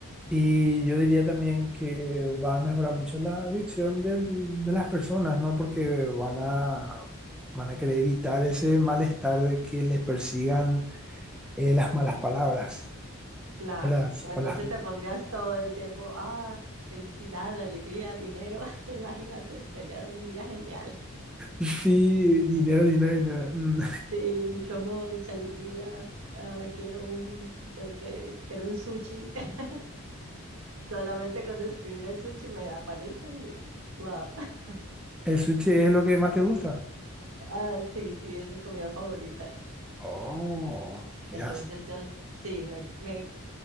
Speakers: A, in the centre; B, on the right.
A: Y yo diría también que va a mejorar mucho la adicción del- de las personas, ¿no? Porque van a, van a querer evitar ese malestar de que les persigan eh, las malas palabras
B: Claro.
A: o las,
B: O entonces
A: o las...
B: te pondrías todo el tiempo, ah, felicidad, alegría, dinero. <laughs> Imagínate, sería un día genial.
A: Sí, dinero, dinero, dinero. Mm,
B: Sí, mucho amor, mucha alegría. Ah, quiero un, no sé, quiero un sushi. <laughs> Solamente con describir el sushi me aparece y wow. <laughs>
A: ¿El sushi es lo que más te gusta?
B: Ah, sí, sí, es mi comida favorita.
A: Oh, mirás.
B: Entonces ya, sí, me, me